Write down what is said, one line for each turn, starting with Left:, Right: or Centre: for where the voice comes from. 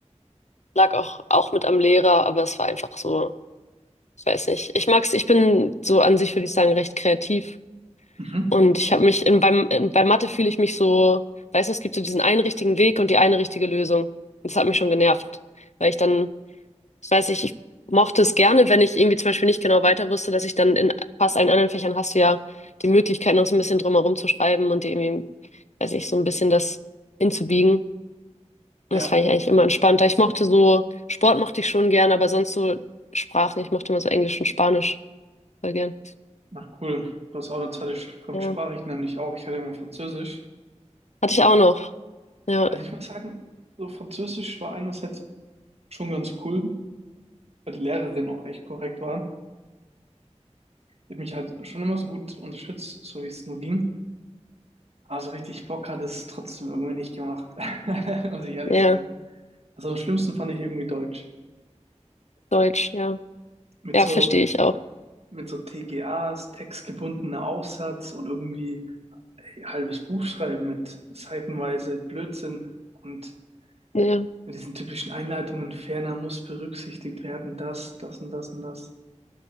Left: Lag auch, auch mit am Lehrer, aber es war einfach so. Ich weiß nicht. Ich mag's, ich bin so an sich, würde ich sagen, recht kreativ.
Right: Mhm.
Left: Und ich habe mich in, beim, in, bei Mathe fühle ich mich so, weißt du, es gibt so diesen einen richtigen Weg und die eine richtige Lösung. Das hat mich schon genervt. Weil ich dann, ich weiß nicht, ich mochte es gerne, wenn ich irgendwie zum Beispiel nicht genau weiter wusste, dass ich dann in fast allen anderen Fächern hast du ja die Möglichkeit, noch so ein bisschen drumherum zu schreiben und dir irgendwie, weiß ich, so ein bisschen das hinzubiegen. Und
Right: Ja,
Left: Das fand ich eigentlich immer entspannter. Ich mochte so, Sport mochte ich schon gern, aber sonst so Sprachen, ich mochte immer so Englisch und Spanisch voll gern.
Right: na cool. Du hast auch eine zweite Sch- Fremdsprache,
Left: Ja.
Right: ich nämlich auch. Ich hatte immer Französisch.
Left: Hatte ich auch noch. Ja,
Right: Also ich muss sagen, so Französisch war einerseits schon ganz cool, weil die Lehrerin auch echt korrekt war. Die hat mich halt schon immer so gut unterstützt, so wie es nur ging. Aber so richtig Bock hat es trotzdem irgendwie nicht gemacht, <laughs> muss ich ehrlich
Left: ja,
Right: sagen. Also am schlimmsten fand ich irgendwie Deutsch.
Left: Deutsch, ja.
Right: Mit
Left: Ja,
Right: so,
Left: verstehe ich auch.
Right: mit so TGAs, textgebundener Aufsatz und irgendwie ein halbes Buch schreiben mit seitenweise Blödsinn und
Left: Ja.
Right: mit diesen typischen Einleitungen, ferner muss berücksichtigt werden, das, das und das und das.